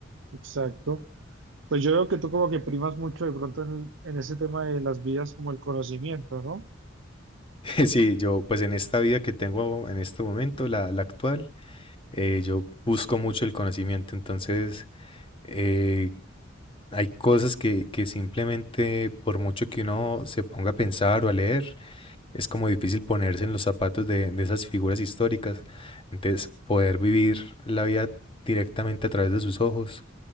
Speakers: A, on the right; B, on the left.
A: Exacto. Pues yo veo que tú como que primas mucho de pronto en, en ese tema de las vías como el conocimiento, ¿no?
B: <laughs> Sí, yo pues en esta vida que tengo en este momento, la, la actual, eh, yo busco mucho el conocimiento. Entonces eh, hay cosas que, que simplemente por mucho que uno se ponga a pensar o a leer, es como difícil ponerse en los zapatos de, de esas figuras históricas. Entonces, poder vivir la vida directamente a través de sus ojos,